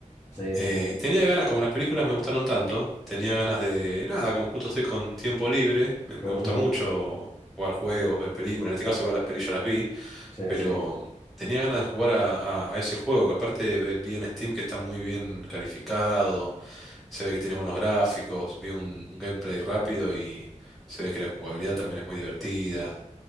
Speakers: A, on the left (about 15°); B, in the centre.
A: Sí,
B: Eh,
A: sí.
B: y tenía ganas, como las películas me gustaron tanto, tenía ganas de, nada, como justo estoy con tiempo libre, me, me
A: ujú,
B: gusta mucho jugar juegos, ver películas, en este caso igual las pelis ya las vi,
A: Sí,
B: pero
A: sí.
B: tenía ganas de jugar a, a- a ese juego, que aparte ve- vi en Steam que está muy bien calificado, se ve que tiene buenos gráficos, vi un, un gameplay rápido y se ve que la jugabilidad también es muy divertida.